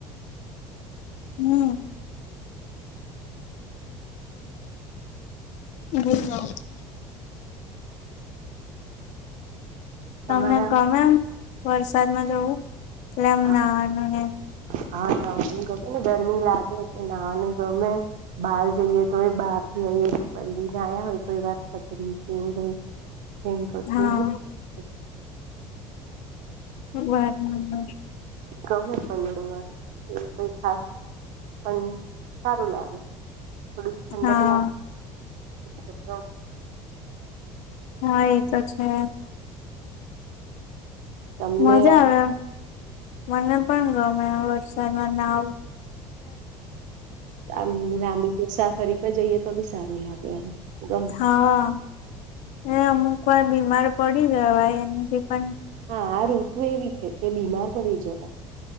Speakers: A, on the left; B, on the right.
A: હમ્મ. <unintelligible>
B: તમારે
A: તમને ગમે એમ વરસાદમાં જવું એટલે એમ
B: હા
A: <unintelligible>
B: હા નાહવાનું ગમે ને ગરમી લાગે તો નાહવાનું ગમે. બહાર જઈએ તો એ બહાર થી આઈએ તો પલડીને આયા હોય કોઈ વાર છતરી કે એવું <unintelligible> રેઇનકોટ
A: હા
B: કે <unintelligible>
A: <unintelligible>
B: ગમે પલડવા એવુ કઈ ખાસ. પણ સારું લાગે થોડુંક ઠંડક
A: હા
B: લાગે એટલે તો
A: હા એ તો છે.
B: તમને
A: મજા આવે મને પણ ગમે વરસાદમાં નાવુ.
B: <unintelligible> આમ લાંબી મુસાફરી પર જઈએ તો બી સારું લાગે આમ. ગમે
A: હા એ અમુક વાર બીમાર પડી જવાય એનાથી પણ.
B: હા આ ઋતુ એવી છે કે બીમાર પડી જવાય